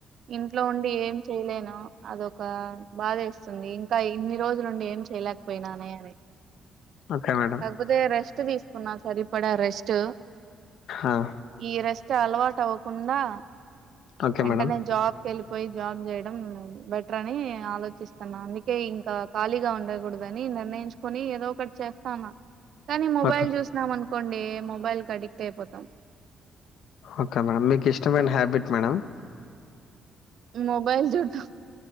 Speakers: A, on the right (about 65°); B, on the left (about 75°).
A: ఇంట్లో ఉండి ఏం చేయలేను ఆ అదొక బాదేస్తుంది ఇంకా ఇన్ని రోజులుండి ఏం చేయలేకపోయినానే అని
B: ఓకే మేడం
A: కాకపోతే రేష్ రెస్ట్ తీసుకున్నా సరి పడే రెస్ట్
B: ఆ
A: ఈ రెస్ స్ట్ అలవాట్ అవ్వకుండా
B: ఓకే
A: వెంటనే
B: మేడం
A: జాబ్ కెళ్ళిపోయి జాబ్ చేయడం బెటర్ అని ఆలోచిస్తాన్న అందుకే ఇంకా ఖాళీగా ఉండకూడదు అని నిర్ణయించుకొని ఏదో ఒకటి చేస్న్నా కానీ మొబైల్
B: ఓకే
A: చూసినం అనుకో కోండి మొబైల్ కి అడిక్ట్ అయిపోతాం
B: ఓకే మేడం మీకు ఇష్టమైన హ్యాబిట్ మేడం
A: మొబైల్ చూడటం